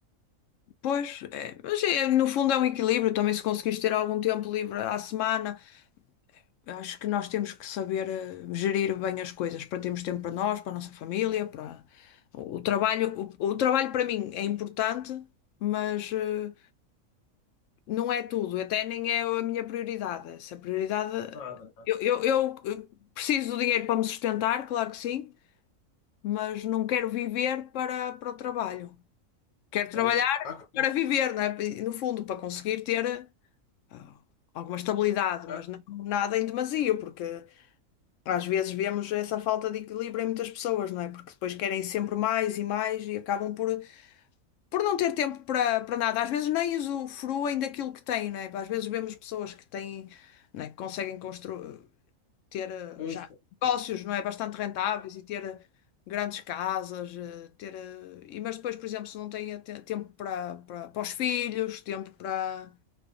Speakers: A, on the left; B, on the left.
A: Pois, é, mas é, no fundo é um equilíbrio também se conseguires ter algum tempo livre à semana. Eu Acho que nós temos que saber eh, gerir bem as coisas para termos tempo para nós, para a nossa família, para o o trabalho. O, o trabalho para mim é importante, mas. eh, Não é tudo, até nem é a minha prioridade. Se a prioridade.
B: Nada, nada.
A: Eu, eu, eu preciso do dinheiro para me sustentar, claro que sim, mas não quero viver para, para o trabalho. Quero trabalhar
B: É isso. Há que-
A: para viver, não é? No fundo, para conseguir ter ah, alguma estabilidade,
B: Há
A: mas
B: que-
A: não nada em demasia, porque às vezes vemos essa falta de equilíbrio em muitas pessoas, não é? Porque depois querem sempre mais e mais e acabam por por não ter tempo para para nada, às vezes nem usufruem daquilo que têm, não é? Às vezes vemos pessoas que têm, não é, que conseguem construir, ter eh,
B: Pois,
A: já
B: pois,
A: negócios,
B: pois,
A: não é? Bastante rentáveis e ter eh, grandes casas, eh, ter, eh, e, mas depois, por exemplo, se não têm te- tempo para, para, para os filhos, tempo para,